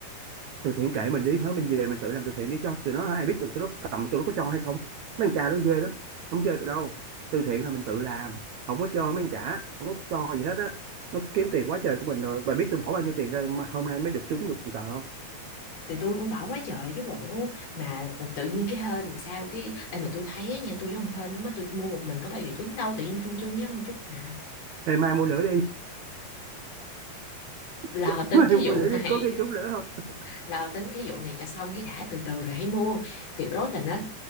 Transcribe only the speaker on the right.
từ thiện kệ mình đi hết mình về mình tự làm từ thiện đi cho tụi nó ai biết được tụi nó có cầm tụi nó có cho hay không mấy anh cha nó ghê lắm không chơi được đâu từ thiện là mình tự làm không có cho mấy anh trả không có cho gì hết á nó kiếm tiền quá trời của mình rồi bà biết tôi bỏ bao nhiêu tiền ra mà hôm nay mới được trúng được một tờ không
Ê, mai mua nữa đi
<laughs>
mai
mua
nữa
đi có cái trúng nữa không